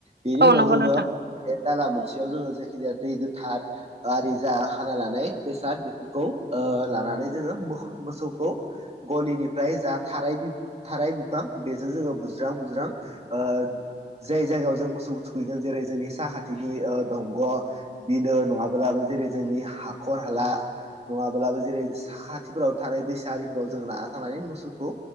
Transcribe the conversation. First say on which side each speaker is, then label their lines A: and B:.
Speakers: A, on the right; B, on the right.
A: बेनि
B: औ
A: उनाव
B: नंगौ
A: जोङो
B: नोंथां
A: बे दाला मोनसेयाव जोङो जायखि जाया दै गोथार आरि जा हाना लानाय बेसाद बेफोरखौ ओ लानानै जोङो मोसौखौ गलिनिफ्राय जा थाराय थाराय बिफां बेजों जोङो बुज्रां बुज्रां ओ जाय जायगायाव जों मोसौ थुखैगोन जेरै जोंनि साहा थिंनि ओ दंग' बिलो नङाब्लाबो जेरै जोंनि हाखर हाला नङाब्लाबो जेरै साखाथिफोराव थानाय दैसारि फोराव जों लाना थांनानै मोसौखौ